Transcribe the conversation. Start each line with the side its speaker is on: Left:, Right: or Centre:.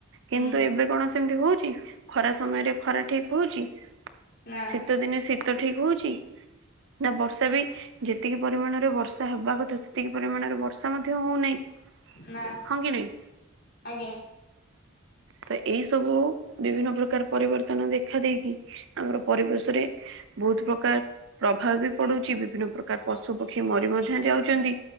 Left: ହୁଁ
Right: କିନ୍ତୁ ଏବେ କଣ? ସେମତି ହଉଛି ଖରା ସମୟରେ ଖରା ଠିକ ହଉଛି?
Left: ନା
Right: ଶୀତଦିନେ ଶୀତ୍ ତ ଠିକ୍ ହଉଛି। ନା ବର୍ଷା ବି। ଯେତିକି ପରିମାଣରେ ବର୍ଷା ହେବା କଥାଏ ସେତିକି ପରିମାଣରେ ବର୍ଷା ମଧ୍ୟ ହଉନାହିଁ।
Left: ନା
Right: ହଁ କି ନାଇଁ
Left: ଆଜ୍ଞା।
Right: ତ ଏଇ ସବୁ ବିଭିନ୍ନ ପ୍ରକାର ପରିବର୍ତ୍ତନ ଦେଖା ଦେଇକି। ଆମର ପରିବେଶ ରେ ବହୁତ ପ୍ରକାର ପ୍ରଭାବ ବି। ପଡୁଛି ବିଭିନ୍ନ ପ୍ରକାର ପଶୁ ପକ୍ଷୀ ମରି ମଧ୍ୟ ଯାଉଚନ୍ତି